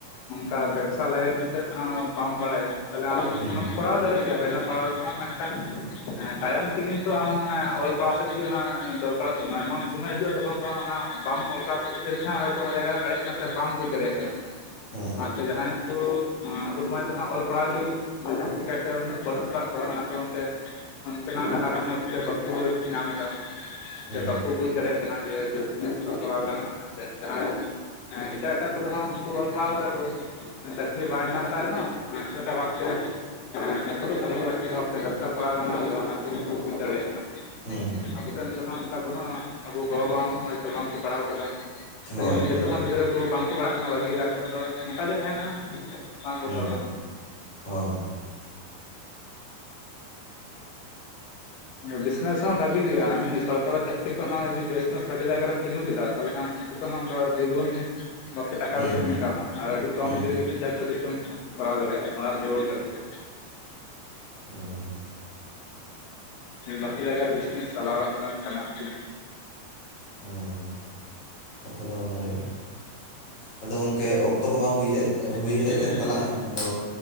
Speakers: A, on the left (about 75°); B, on the left (about 55°).
A: ᱚᱱᱠᱟᱼᱼ ᱥᱟᱞᱟᱭ ᱱᱤᱛᱚᱜ ᱦᱚ ᱵᱟᱢ ᱵᱟᱲᱟᱭᱟ ᱛᱟᱦᱚᱞᱮ ᱟᱢ
B: ᱦᱩᱸ
A: ᱚᱱᱟᱢᱼᱼ ᱠᱚᱨᱟᱣ ᱫᱟᱲᱮᱭᱟᱜ ᱜᱮᱭᱟ ᱵᱮᱱᱟᱣ ᱯᱟᱲᱦᱟᱣ ᱛᱮᱦᱚᱸ ᱢᱮᱱᱠᱷᱟᱱ ᱛᱟᱭᱚᱢ ᱛᱮ ᱠᱤᱱᱛᱩ ᱟᱢ ᱚᱱᱟ ᱚᱞ ᱯᱟᱲᱦᱟᱣ ᱥᱮᱫᱼᱼ ᱚᱱᱟ ᱫᱚᱨᱠᱟᱨᱚᱜ ᱛᱟᱢᱟ ᱮᱢᱚᱱ ᱥᱚᱢᱚᱭ ᱦᱤᱡᱩᱜᱼᱟ ᱛᱚᱠᱷᱚᱱ ᱫᱚ ᱚᱱᱟ ᱵᱟᱢ ᱚᱞᱠᱟᱣ ᱠᱷᱟᱹᱛᱤᱨ ᱦᱟᱸᱜ ᱼᱼ ᱚᱱᱟ ᱡᱟᱭᱜᱟ ᱨᱮᱢ ᱮᱲᱮᱡ ᱠᱟᱱᱟ ᱥᱮ ᱵᱟᱢ ᱵᱩᱡᱽ ᱫᱟᱲᱮᱭᱟᱜ ᱠᱟᱱᱟ᱾
B: ᱦᱮᱸ
A: ᱟᱪᱪᱷᱟ ᱡᱟᱦᱟᱸᱭ ᱠᱩ ᱟᱵᱚ ᱥᱚᱢᱟᱡ ᱨᱮᱫᱚ ᱦᱟᱸᱜ ᱚᱞ ᱯᱟᱲᱦᱟᱣ ᱜᱮ ᱡᱟᱹᱥᱛᱤ ᱠᱟᱭᱛᱮ ᱩᱱᱟᱹᱜ ᱵᱟᱹᱱᱩᱜ ᱠᱟᱜ ᱠᱚᱣᱟ ᱚᱱᱟ ᱠᱟᱨᱚᱱ ᱛᱮᱼᱼ ᱚᱱᱛᱮᱱᱟᱜ ᱠᱟᱛᱷᱟ ᱠᱚ ᱢᱚᱸᱡᱽᱛᱮ ᱵᱟᱠᱚ ᱧᱟᱢ ᱮᱫᱟ
B: ᱦᱩᱸ
A: ᱥᱮ ᱵᱟᱠᱩ ᱵᱩᱡ ᱫᱟᱲᱮᱭᱟᱜᱼᱼ ᱚᱱᱟ ᱜᱮ ᱵᱮᱥᱱᱮᱥ ᱦᱚᱸ ᱠᱚᱨᱟᱣ ᱜᱟᱱᱚᱜᱼᱟ ᱢᱮᱱᱛᱮ ᱡᱟᱦᱟᱸᱭᱼᱼ <unintelligible> ᱦᱮᱸ ᱮᱴᱟᱜ ᱮᱴᱟᱜ ᱠᱚᱫᱚ ᱦᱚᱸ ᱩᱱᱠᱩ ᱚᱞ ᱯᱟᱲᱦᱟᱣ ᱠᱟᱫᱟ ᱠᱩ᱾ ᱪᱟᱹᱠᱨᱤ ᱵᱟᱭ ᱧᱟᱢ ᱠᱟᱜ ᱨᱮᱦᱚᱸ ᱪᱮᱜ ᱞᱮᱠᱟ ᱵᱷᱟᱵ ᱛᱮ ᱮᱸ ᱟᱹᱥᱩᱞᱚᱜ ᱠᱟᱱ ᱜᱮᱭᱟ ᱦᱚᱸᱜᱼᱚᱭ ᱪᱮᱞᱠᱟ <inaudible> ᱵᱷᱟᱵ ᱛᱮ ᱵᱮᱵᱽᱥᱟ ᱯᱟᱲᱟᱣ ᱜᱟᱱᱚᱜ ᱦᱩᱭᱩᱜᱼᱟ ᱚᱱᱟ ᱠᱩᱠᱩ ᱵᱩᱡ ᱫᱟᱲᱮᱭᱟᱜ ᱠᱟᱱᱟ᱾
B: ᱦᱩᱸ ᱦᱩᱸ
A: ᱟᱵᱚ ᱴᱷᱮᱱ ᱫᱚ ᱦᱟᱸᱜ ᱚᱱᱠᱟ ᱵᱟᱹᱱᱩᱜᱼᱟ ᱟᱵᱚ ᱜᱚᱼᱵᱟᱵᱟ ᱱᱚᱜᱼᱚᱭ ᱛᱚ ᱵᱟᱝᱠᱚ ᱯᱟᱲᱦᱟᱣ ᱠᱟᱫᱟ᱾
B: ᱦᱳᱭ
A: ᱱᱤᱼᱱᱤᱛᱚᱜ
B: ᱦᱳᱭ
A: ᱦᱚᱸ
B: ᱦᱳᱭ
A: ᱜᱤᱫᱽᱨᱟᱹ ᱠᱚ ᱵᱟᱝᱠᱚ ᱯᱟᱲᱦᱟᱜ ᱠᱟᱱᱟ ᱵᱟᱹᱜᱤᱭ ᱮᱫᱟ ᱠᱚ ᱟᱫᱚ ᱱᱚᱝᱠᱟ ᱜᱮ ᱛᱟᱦᱮᱱᱟ ᱦᱟᱸᱜ᱾ ᱵᱟᱝ ᱵᱚᱫᱚᱞᱚᱜᱼᱟ᱾
B: ᱦᱩᱸ ᱦᱳᱭ
A: ᱵᱤᱥᱱᱮᱥ ᱦᱚᱸ ᱵᱷᱟᱜᱤ ᱜᱮᱭᱟ ᱮᱢᱱᱤ ᱥᱚᱨᱟᱨᱤ ᱪᱟᱠᱨᱤ ᱠᱷᱚᱱ ᱦᱚ ᱡᱚᱫᱤ ᱵᱤᱥᱱᱮᱥ ᱵᱷᱟᱜᱤ ᱡᱟᱭᱜᱟ ᱨᱮᱢ ᱛᱤᱸᱜᱩ ᱠᱮᱫᱟ᱾ ᱛᱟᱦᱚᱞᱮ ᱦᱟᱸᱜ ᱱᱩᱠᱩ ᱦᱚᱸ ᱟᱢ ᱫᱚ ᱫᱤᱜᱩᱱ ᱵᱟᱵᱛᱮ ᱴᱟᱠᱟ
B: ᱦᱩᱸ
A: ᱯᱚᱭᱥᱟᱢ
B: ᱦᱩᱸ
A: ᱤᱱᱠᱟᱢᱼᱟ ᱟᱨ ᱟᱹᱰᱤ ᱠᱚᱢ
B: ᱦᱩᱸ
A: ᱫᱤᱱ ᱡᱷᱚᱛᱚ ᱠᱤᱪᱷᱩᱢ ᱠᱚᱨᱟᱣ ᱫᱟᱲᱮᱭᱟᱜᱼᱟ ᱚᱲᱟᱜ ᱫᱩᱣᱟᱹᱨ ᱜᱟᱹᱰᱤ ᱠᱳ᱾
B: ᱦᱩᱸᱻᱦᱩᱸ
A: ᱵᱟᱠᱤ ᱡᱟᱭᱜᱟ ᱨᱮ ᱵᱤᱥᱱᱮᱥ ᱪᱟᱞᱟᱣ ᱜᱟᱱ ᱠᱟᱱᱟ ᱟᱨᱠᱤ᱾
B: ᱦᱩᱸ ᱠᱟᱛᱷᱟ ᱫᱚ ᱚᱱᱟᱜᱮ ᱟᱫᱚ ᱜᱚᱝᱠᱮ ᱚᱠ ᱚᱠᱛᱚ ᱠᱚᱢᱟ ᱦᱩᱭ ᱦᱮᱡ ᱦᱩᱭ
A: ᱦᱩᱸ
B: ᱦᱮᱡ
A: ᱦᱩᱸ
B: ᱮᱱ
A: ᱦᱩᱸ
B: ᱛᱟᱞᱟᱝᱟ, ᱟᱫᱚ